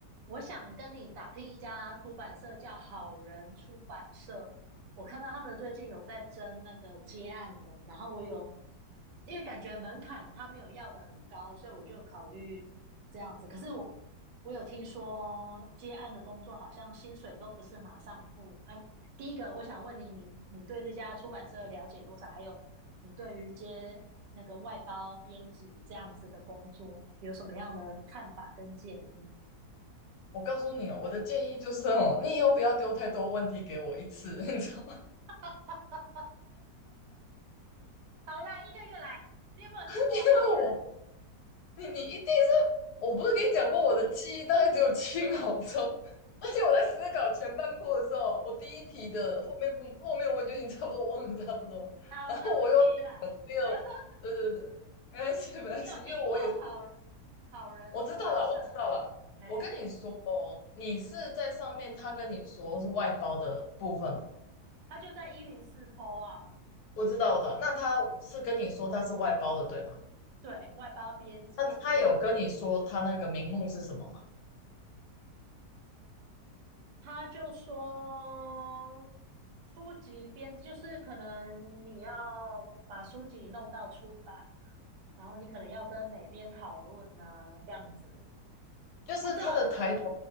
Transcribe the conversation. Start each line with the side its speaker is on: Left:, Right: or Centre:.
Right: 我想跟你打听一家出版社叫好人出版社，我看到他们最近有在争那个接案的，然后我有，因为感觉门槛他没有要的很高，所以我就考虑这样子。可是我我有听说接案的工作好像薪水都不是马上付啊。第一个，我想问你，你你对这家出版社了解多少？还有你对于接那个外包编辑这样子的工作有什么样的看法跟建议？
Left: 我告诉你哦，我的建议就是哦，你以后不要丢太多问题给我一次，<laughs> 你知道吗？
Right: <laughs> 好啦，一个一个来。你有没有听过好人？
Left: <laughs> 因为我，你你一定是，我不是跟你讲过我的记忆大概只有七秒钟，<laughs> 而且我在思考前半部的时候，我第一题的后面部后面我就已经差不多忘了差不多，
Right: 好，
Left: 然后我又在想第二，
Right: 那我一题一来。<laughs>
Left: 对对对，没关系没关系，
Right: 你有听过好
Left: 因为我也
Right: 好人出版社？
Left: 我知道了我知道了，
Right: 哎，
Left: 我跟你说哦，你是在上面他跟你说是外包的部分
Right: 他就在一零四 p 啊，
Left: 我知道，的，那他是跟你说他是外包的，对吗？
Right: 对外包编辑，
Left: 那他有跟你说他那个名目是什么吗？
Right: 他就说书籍编就是可能你要把书籍弄到出版，然后你可能要跟哪编讨论呐、这样子。
Left: 就是他的抬头，
Right: 不知道，